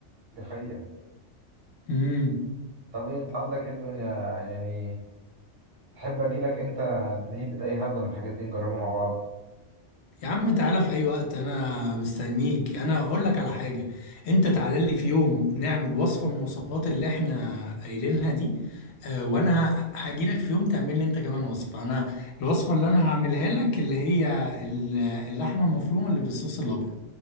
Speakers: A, on the right; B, on the left.
A: دي حقيقة
B: امم
A: طب إيه أنت عندك إيه الدنيا يعني تحب أجيلك إمتى نهبط أي هبدة من الحاجات دي نجربها مع بعض
B: يا عم تعالى في اي وقت انا مستنيك انا اقول لك على حاجه انت تعالى لي في يوم نعمل وصفه من الوصفات اللي احنا قايلينها دي آه وانا هاجي لك في يوم تعمل لي انت كمان وصفه انا الوصفه اللي انا هعملها لك اللي هي ال- اللحمه المفرومه اللي بالصوص الابيض